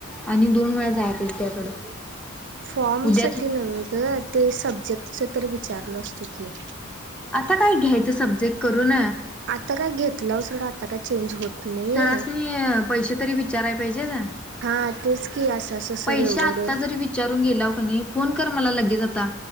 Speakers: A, in the centre; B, on the right.
A: आणि दोन वेळा जाया पाहिजे त्याकडं
B: फॉर्मसाठी
A: उद्याच
B: नव्ह गं ते सब्जेक्टचं तर विचारलो असतो की
A: आता काय घ्यायचं सब्जेक्ट करून
B: आता काय घेतलं <unintelligible> आता काय चेंज होत नाहीेये.
A: सरासनी पैसे तरी विचाराय पाहिजे ना.
B: हा तेच की असं असं सर
A: पैसे
B: एवढं
A: आत्ता
B: एवढं
A: जरी विचारून गेलाव की नाही फोन कर मला लगेच आता